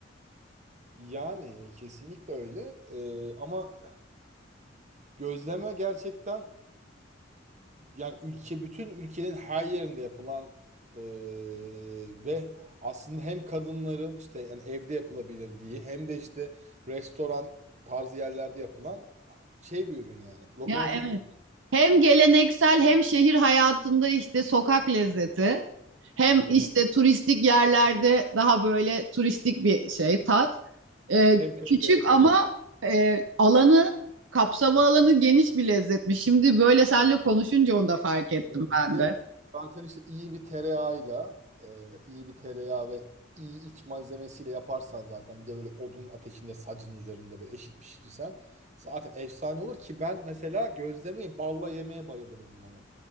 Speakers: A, on the right; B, on the right.
A: Yani kesinlikle öyle. Ee, ama gözleme gerçekten yani ülke bütün ülkenin her yerinde yapılan ee, ve aslında hem kadınların işte yani evde yapılabildiği hem de işte restoran tarzı yerlerde yapılan şey bir ürün yani. Lokomotif
B: Ya evet.
A: bir ürün.
B: Hem geleneksel hem şehir hayatında işte sokak lezzeti. Hem
A: Hı hı.
B: işte turistik yerlerde daha böyle turistik bir şey tat. Ee,
A: Hem köyde
B: küçük
A: yapılabilir.
B: ama e, alanı kapsama alanı geniş bir lezzetmiş. Şimdi böyle seninle konuşunca onu da fark ettim
A: Evet.
B: ben
A: Ve
B: de.
A: zaten işte iyi bir tereyağıyla, e, iyi bir tereyağı ve iyi iç malzemesiyle yaparsan zaten bir de böyle odun ateşinde sacın üzerinde böyle eşit pişirirsen zaten efsane olur ki ben mesela gözlemeyi balla yemeye bayılırım yani.